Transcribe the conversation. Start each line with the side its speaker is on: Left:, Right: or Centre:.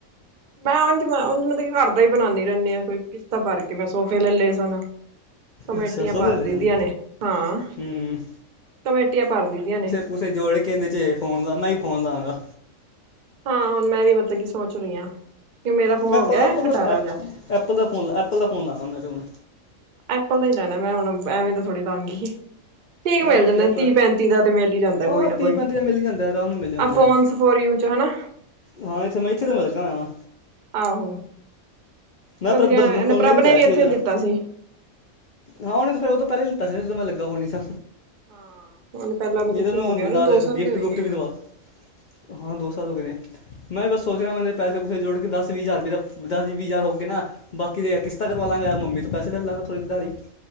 Right: ਮੈਂ ਉਝ ਮਤਲਬ ਘਰ ਦਾ ਹੀ ਬਣਾਦੀ ਰਹਿੰਦੀ ਹਾਂ ਕੋਈ, ਕਿਸ਼ਤਾ ਭਰ ਕੇ ਮੈਂ ਸੋਫੇ ਲੈ ਲਏ ਸਨ। ਕਮੇਟੀਆਂ
Left: ਅੱਛਾ ਸੋਫੇ
Right: ਭਰਦੀ
Left: ਲੈ ਲਏ ਸਨ
Right: ਦੀਆਂ ਨੇ ਹਾਂ,
Left: ਹੂੰ ਹੂੰ
Right: ਕਮੇਟੀਆਂ ਭਰ ਦੀਆਂ ਨੇ।
Left: ਕੁਛ ਜੋੜ ਕਹਿੰਦੇ ਚ ਫੋਨ ਲਾਦਾ ਹੀ ਫੋਨ ਲਾਦਾ।
Right: ਹਾਂ ਹੁਣ ਮੈਂ ਵੀ ਮਤਲਬ ਕੀ ਸੋਚ ਰਹੀ ਹਾਂ, ਕਿ ਮੇਰਾ ਫੋਨ
Left: ਮੈਂ
Right: ਹੋ
Left: ਐਪਲ
Right: ਗਿਆ
Left: ਐਪਲ
Right: ਖਟਾਰਾ
Left: ਦਾ
Right: ਜਾ।
Left: ਐਪਲ ਦਾ ਫੋਨ ਐਪਲ ਦਾ ਫੋਨ ਲਉ ਮੈਂ ਤੇ ਹੁਣ
Right: ਐਪਲ ਦਾ ਹੀ ਲੈਣਾ, ਮੈਂ ਹੁਣ ਐਵੇਂ ਤਾਂ ਥੋੜੀ ਲਾਗੀ। ਠੀਕ
Left: ਹਾਂ
Right: ਮਿਲ
Left: ਮੈਂ
Right: ਜਾਂਦੇ
Left: ਵੀ ਐਪਲ
Right: ਤੀਹ ਪੈਂਤੀ ਦਾ ਤੇ ਮਿਲ ਹੀ ਜਾਂਦਾ
Left: ਉਹ
Right: ਕੋਈ ਨਾ
Left: ਤੀਹ
Right: ਕੋਈ
Left: ਪੈਂਤੀ ਦਾ ਮਿਲ ਹੀ ਜਾਂਦਾ ਆਰਾਮ ਨਾਲ ਮਿਲ ਜਾਂਦਾ
Right: ਆ ਫੋਨ
Left: ਹੈ
Right: ਫੋਰ ਯੂ ਹੈਨਾ,
Left: ਹਾਂ ਇੱਥੇ ਮੈਂ ਲਗਾ ਹੋਇਆ ਵਾਂ,
Right: ਆਹੋ
Left: ਮੈਂ
Right: ਮਤਲਬ,
Left: ਪਰ ਬੱਲੂ ਨੂੰ
Right: ਇਹਨੇ
Left: ਫੋਨ
Right: ਪ੍ਰਭ
Left: ਮੈਂ ਹੀ ਦਿੱਤਾ
Right: ਨੇ ਵੀ
Left: ਸੀ
Right: ਇੱਥੇ
Left: ਉਹ ਜਿਹੜਾ
Right: ਲਿੱਤਾ ਸੀ।
Left: ਹਾਂ ਉਹਨੇ ਤੇ ਫੇਰ ਉਹ ਤੋਂ ਪਹਿਲੇ ਹੀ ਲਤਾ ਸੀ, ਨਾ ਜਦੋਂ ਮੈਂ ਲੱਗਾ ਕੋਨੀ ਸਾ,
Right: ਹਾਂ ਹੁਣ ਪਹਿਲਾਂ ਮਤਲਬ
Left: ਨਹੀਂ ਤੁ
Right: ਕਿ
Left: ਉਹਨੂੰ
Right: ਹੋ ਗਿਆ ਨਾ
Left: ਨਾਲ
Right: ਦੋ ਸਾਲ
Left: ਗਿਫਟ
Right: ਤੇ ਹੋਈ
Left: ਗੁਫਟ
Right: ਗਏ ਇਹਨਾਂ
Left: ਵੀ ਦਵਾ
Right: ਨੂੰ
Left: ਹਾਂ ਦੋ ਸਾਲ ਹੋ ਗਏ ਨੇ। ਮੈਂ ਵੀ ਬਸ ਸੋਚ ਰਿਆ, ਮੇਰੇ ਪੈਸੇ ਪੂਸੇ ਜੋੜ ਕੇ ਦਸ ਵੀਹ ਹਜ਼ਾਰ ਰੁਪਏ ਦਾ ਦਸ ਵੀਹ ਹਜ਼ਾਰ ਹੋ ਕੇ ਨਾ ਬਾਕੀ ਦੀਆਂ ਕਿਸ਼ਤਾਂ ਕਰਵਾ ਲਾਂ ਗਾ ਜਾ ਮਮੀ ਤੋਂ ਪੈਸੇ ਲੈ ਲਾਂਗਾ ਥੋੜੀ ਅਧਾਰੀ।